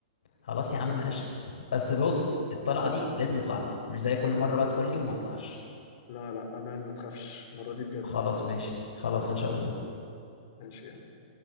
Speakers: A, on the left (about 35°); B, on the left (about 85°).
A: إن
B: خلاص
A: شاء
B: يا عم
A: الله
B: قشط بس بص الطلعه دي لازم نطلعها مش زي كل مره بقى تقول لي وما نطلعش
A: لا لا امان ما تخافش المره دي بجد
B: خلاص ماشي خلاص ان شاء الله
A: ماشي يعني